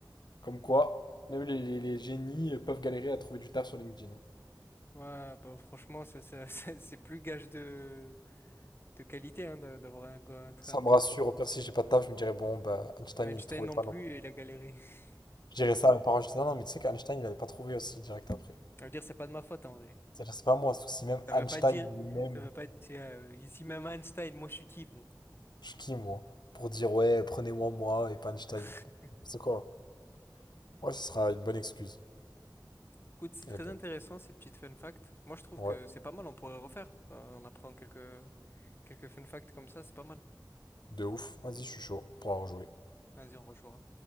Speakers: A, on the left (about 70°); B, on the left (about 30°).
A: Comme quoi, même les, les- les génies peuvent galérer à trouver du taf sur LinkedIn. hein.
B: Ouais, bah franchement, c'est c'est- <laughs> c'est- c'est plus gage de, de qualité hein, de- d'avoir un, go- un très-
A: Ça
B: un bon...
A: me rassure.
B: travail.
A: Au pire, si j'ai pas de taf, je me dirais, bon, bah, Einstein,
B: Einstein
A: il ne trouvait
B: non
A: pas
B: plus,
A: non plus.
B: il a galéré. <laughs>
A: Je dirais ça à mes parents, je disais, non, non, mais tu sais qu'Einstein, il avait pas trouvé aussi direct après.
B: Ça veut dire, c'est pas de ma faute en vrai.
A: C'est-à-dire, c'est pas moi, sauf si même
B: Ça veut
A: Einstein
B: pas dire...
A: lui-même,
B: Ça veut pas dire... euh, ici même Einstein, moi je suis qui, bon.
A: je suis qui, moi, pour dire, ouais, prenez-moi, moi, et pas Einstein.
B: <laughs>
A: C'est quoi? Ouais, ce sera une bonne excuse.
B: Écoute, c'est très
A: Et ben,
B: intéressant ces petites fun facts. Moi, je trouve
A: ouais,
B: que c'est pas mal, on pourrait refaire. Euh, on apprend quelques, quelques fun facts comme ça, c'est pas mal.
A: de ouf. Vas-y, je suis chaud. On pourra rejouer.
B: Vas-y, on rejouera.